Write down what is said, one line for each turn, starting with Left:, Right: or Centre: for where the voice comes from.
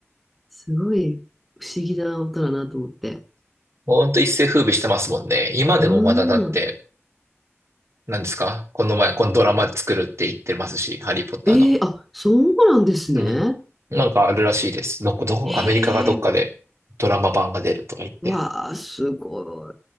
Centre: すごい不思議な音だなと思って。
Right: ほんと一世風靡してますもんね。今でもまだだって、
Centre: うん。
Right: 何ですかこの前、このドラマ作るって言ってますし、ハリーポッターの。
Centre: ええあ、そうなんですね。
Right: うん。なんかあるらしいです。どこ、どこ、
Centre: ええ
Right: アメリカがどっかでドラマ版が出るとか言って。
Centre: わあ、すごい。